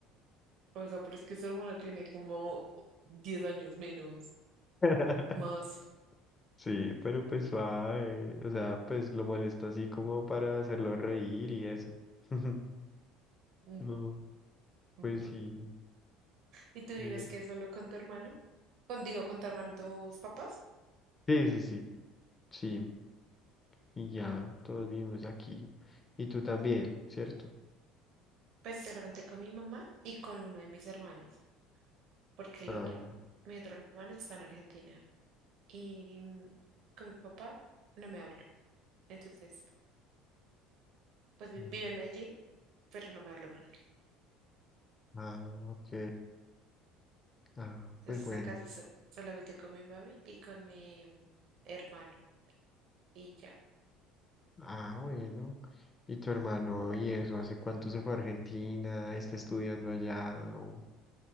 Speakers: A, on the right (about 65°); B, on the left (about 25°).
A: O sea, pero es que su hermana tiene como 10 años menos,
B: <laughs>
A: más.
B: Sí, pero pues suave. O sea, pues lo molesta así como para hacerlo reír y eso. <laughs>
A: mm,
B: No,
A: mm.
B: pues sí.
A: ¿Y tú vives
B: eh,
A: que solo con tu hermano? Con, digo, con tu hermano y tus papás.
B: sí, sí, sí. Sí. Y ya, todos vivimos aquí. Y tú también, ¿cierto?
A: Pues solamente con mi mamá y con uno de mis hermanos, porque el
B: Ah,
A: otro, mi otro hermano está en Argentina. Y mm, con mi papá no me habla. Entonces, pues vi-
B: ah,
A: vive en Medellín, pero no me hablo con él.
B: ah, ok. Ah,
A: Entonces,
B: pues bueno.
A: acá sí so- solamente con mi mami y con mi mm, hermano. Y ya.
B: Ah, bueno. ¿Y tu hermano y eso? ¿Hace cuánto se fue a Argentina? ¿Está estudiando allá o,